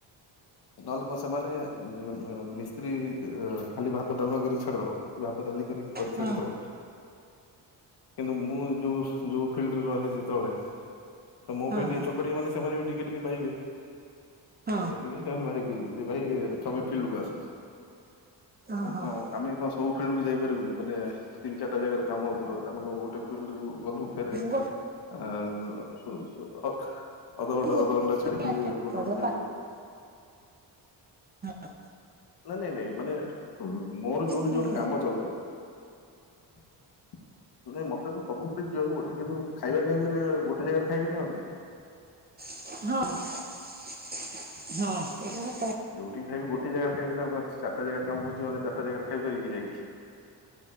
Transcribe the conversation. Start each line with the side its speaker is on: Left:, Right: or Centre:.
Left: ନହେଲେ କଣ ସେମାନେ ମିସ୍ତ୍ରୀ ଖାଲି ଭାତ ଡାଲମା କରିକି ଛାଡିଦବ ଭାତ ଡାଲି ଡାଲି କରିକି
Right: ହଁ
Left: ଛାଡି ଦବ କିନ୍ତୁ ମୁଁ ଯୋଉ ସି ଯୋଉ ଫିଲ୍ଡରେ ରହିଛି ତଳେ ତ ମୋ
Right: ହଁ
Left: ପାଇଁ ଟିକେ
Right: ହଁ
Left: ଚକଡିବି ମାନେ ସେମାନେ ବି ଟିକେ ଟିକେ ପାଇବେ। ତ
Right: ହଁ
Left: ସେଥିପାଇଁ ଭାରି ଖୁସି ଯେ ଭାଇ ତମେ ଫିଲ୍ଡକୁ ଆସ। ଆଉ
Right: ହଁ ହଁ ହୁଁ
Left: ଆମେ କଣ ସବୁ ଫିଲ୍ଡ କୁ ଯାଇପାରିବୁନୁ ମାନେ ତିନି ଚାରିଟା ଜାଗାରେ କାମ ହଉଥିବ ଆମେ ଗୋଟେ ଫିଲ୍ଡ ଗଲୁ ଫେରେ
Right: ଗୋଟେ
Left: ଆ ଆଁ ଅଧ୍ ଅଧ
Right: ଗୋଟେ
Left: ଅଧ ଘଣ୍ଟେ ଛାଡିକି
Right: ଆଟେଣ୍ଡ
Left: ଗୋଟେ
Right: କରିଦବ
Left: ଗୋଟେ ଫିଲ୍ଡଯିବ।
Right: ହଁ।
Left: ନାଇଁ ନାଇଁ ନାଇଁ ମାନେ ମୋର ଯୋଉଠି
Right: ଫିଲ୍ଡ
Left: ଯୋଉଠି କାମ ଚାଲୁଥାଏ। ନାଇଁ ମତେ ତ ସବୁ ଫିଲ୍ଡ ଯିବାକୁ ପଡେ କିନ୍ତୁ ଖାଇବା ଟାଇମରେ ଗୋଟେ ଜାଗାରେ ଖାଇବି ନା ଆଉ। <inaudible>
Right: ହଁ ହଁ ସେଇଟା ସତ କଥା।
Left: ବି ଖାଇବି ଗୋଟେ ଜାଗାରେ ଖାଇବି ନା ଆଉ କଣ ଚାରିଟା ଜାଗାରେ କାମ ହଉଛି ମାନେ ଚାରଟା ଜାଗାରେ ଖାଇି ପାରିବିକି ଯାଇକି।